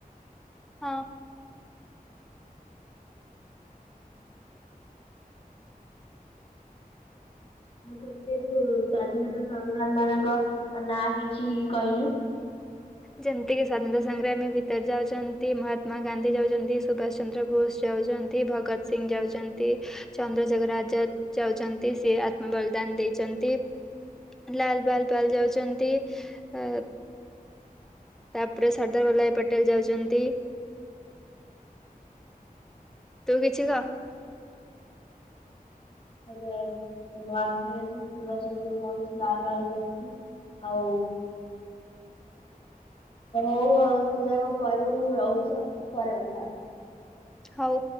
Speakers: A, in the centre; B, on the left.
A: ହଁ।
B: ଆଉଥିରେ ଯୋଉ ସ୍ଵାଧୀନତା ସଂଗ୍ରାମ ମାନଙ୍କ ନାଁ କିଛି କହିଲୁ। <inaudible>
A: ଯେମତିକି ସ୍ଵାଧୀନତା ସଂଗ୍ରାମୀ ଭିତରେ ଯାଉଛନ୍ତି ମହାତ୍ମା ଗାନ୍ଧୀ ଯାଉଛନ୍ତି ସୁଭାଷ ଚନ୍ଦ୍ର ବୋଷ ଯାଉଛ ଭଗତ ସିଂ ଯାଉଛନ୍ତି ଚନ୍ଦ୍ରଶେଖର ଆଜାଦ ଯାଉଛନ୍ତି ସେ ଆତ୍ମ ବଳିଦାନ ଦେଇ ଲାଲ ବାଲ ପାଲ ଯାଉଛନ୍ତି ଆଉ ତାପରେ ସର୍ଦ୍ଦାର ବଲ୍ଲଭାଇ ପଟେଲ ଯାଉଛନ୍ତି।
B: <inaudible>
A: ତୁ କିଛି କହ।
B: <unintelligible> ଆଉ ଏମିତି ଏତେ ସବୁ ଅଛନ୍ତି ଆଉ। ଓ ହଉ ଆଉ ପୂଜା କଣ କରିବୁ ମୁଁ ରହୁଛି ଆଉ ପରେ କଥା ହେବା।
A: ହଉ।